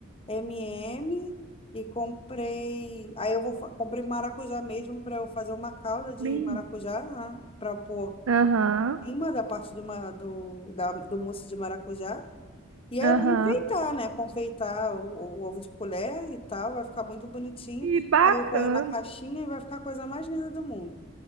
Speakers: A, on the left; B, on the right.
A: M&M e M e comprei, aí eu vou fa- comprei maracujá mesmo para eu fazer uma calda de
B: Bem,
A: maracujá, né? Para pôr
B: Aham.
A: em cima da parte do, ma- do, da, do mousse de maracujá. E aí
B: Aham.
A: eu vou enfeitar, né? Confeitar o, o ovo de colher e tal, vai ficar muito bonitinho.
B: Que bacana.
A: Aí eu ponho na caixinha e vai ficar a coisa mais linda do mundo.